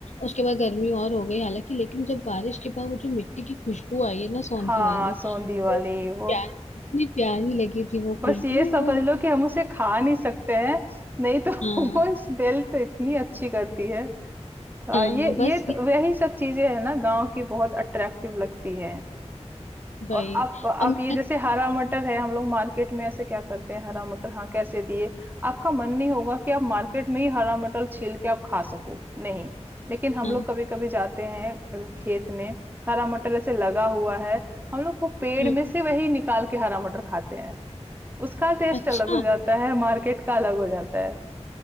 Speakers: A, on the left (about 80°); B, on the right (about 15°).
A: उसके बाद गर्मी और हो गई हालांकि लेकिन जब बारिश के बाद वो जो मिट्टी की खुशबू आई है ना सौंधी
B: हाँ
A: वाली
B: सोंधी वाली
A: वो प्यार
B: वो
A: इतनी प्यारी लगी थी वो
B: बस
A: खुशबू
B: ये समझ
A: वो
B: लो
A: मतलब
B: कि हम उसे खा नहीं सकते हैं नहीं तो <laughs>
A: हाँ
B: वो स्मेल तो इतनी अच्छी करती है आ,
A: हाँ
B: ये
A: बस
B: ये तो,
A: ये-
B: वही सब चीजें है ना गांव की बहुत अट्रैक्टिव लगती है
A: भाई
B: और आप आप
A: और मेरा
B: ये जैसे हरा मटर है हम लोग मार्केट में ऐसे क्या करते हैं हरा मटर हाँ कैसे दिए आपका मन नहीं होगा कि आप मार्केट में ही हरा मटर छील के आप खा सको नहीं लेकिन हम
A: हाँ
B: लोग कभी कभी जाते हैं अ, खेत में हरा मटर ऐसे लगा हुआ है हम लोग वो पेड़
A: हम्म,
B: में से वही निकाल के हरा मटर खाते हैं उसका टेस्ट
A: अच्छा
B: अलग हो जाता है मार्केट का अलग हो जाता है